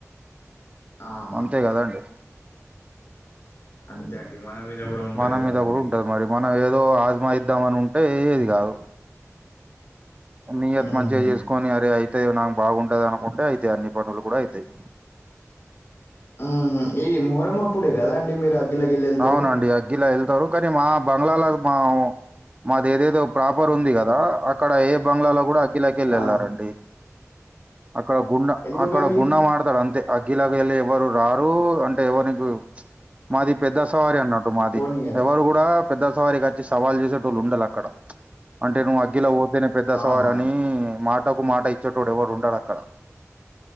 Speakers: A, on the left; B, on the right.
A: ఆహా
B: అంతే కదండి.
A: అంతేఅండి, మన మీద కూడా ఉంటది
B: మన మీద
A: కదండి
B: కూడా ఉంటది. మరి మనం ఏదో ఆజమాయిద్దాం, అని ఉంటే ఏది కాదు, నీ అత
A: ఉహు
B: మంచిగా చేసుకొని అరే అయితే నాకు బాగుంటది. అనుకుంటే అయితాయి. అన్ని పనులు కూడా అవుతాయి.
A: ఉ ఈ ముహరం అప్పుడే కదా అండి మీరు అగ్గిలకెళ్ళి వెళ్తారు
B: అవునండి. ఇలా వెళ్తారు. కానీ మాబంగ్లాలో మా మాది ఏదేదో ప్రాపర్ ఉంది. కదా అక్కడ ఏ బంగ్లాలో కూడా అగ్గిలకి వెళ్ళి
A: ఆ
B: వెళ్ళారండి. అక్కడ గుండం
A: ఎందుకండి
B: అక్కడ ఆడతారు. అంతే అగ్గిలకెళ్లి ఎవరు రారు, అంటే ఎవరికు మాది పెద్ద సవారి అన్నాట్టు. మాది,
A: పోనీయరు
B: ఎవరు కూడా పెద్ద సవారికి వచ్చి సవాల్ చేసేట వాళ్ళు ఉండరు అక్కడ అంటే నువ్వు అగ్లో ఇదేనా పెద్ద సవారి
A: ఆహా
B: అని మాటకు మాట ఇచ్చేటోడు ఎవరు ఉండడు అక్కడ.